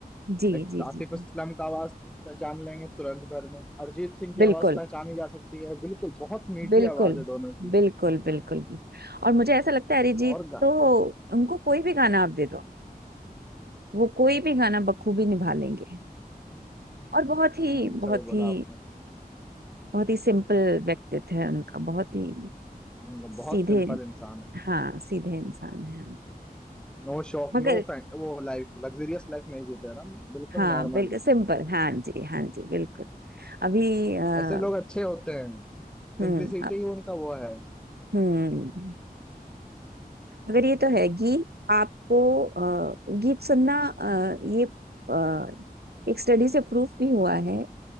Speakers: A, on the right (about 85°); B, in the centre.
A: जी
B: लाइक
A: जी
B: आतिफ
A: जी जी
B: असलम का आवाज पहचान लेंगे तुरंत भर में अरिजीत सिंह की
A: बिल्कुल
B: आवाज पहचानी जा सकती है बिल्कुल बहुत मीठी
A: बिल्कुल
B: आवाज है दोनों की
A: बिल्कुल बिल्कुल भी और मुझे ऐसा लगता है अरिजीत
B: और गा
A: तो उनको कोई भी गाना आप दे दो वो कोई भी गाना बखूबी निभा लेंगे और बहुत ही
B: हम्म
A: बहुत
B: सही बोला
A: ही
B: आपने
A: बहुत ही सिंपल व्यक्तित्व है उनका बहुत ही
B: हाँ उनका
A: सीधे
B: बहुत सिंपल इंसान है
A: हाँ सीधे इंसान है
B: No shop
A: मगर
B: no वो लाइफ लग्जरियस लाइफ नहीं जीते हैं हम बिल्कुल
A: हाँ
B: नॉर्मल
A: बिल्कुल सिंपल हाँ जी हाँ जी बिल्कुल अभी अ,
B: ऐसे लोग अच्छे होते हैं सिंप्लिसिटी
A: हम्म अ,
B: ही उनका वो है
A: हम्म मगर ये तो है गीत आपको अ, गीत सुनना अ, ये अ, एक स्टडी से प्रूफ भी हुआ है